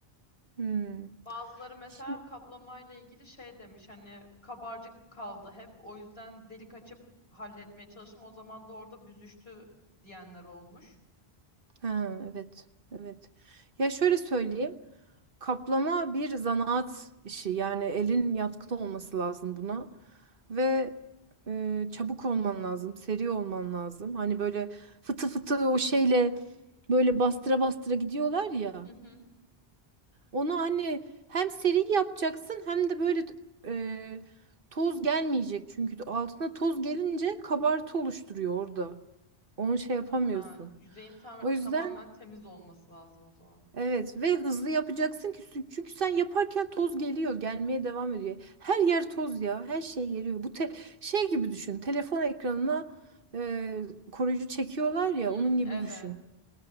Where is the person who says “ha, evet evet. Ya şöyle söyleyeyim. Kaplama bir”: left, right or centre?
Right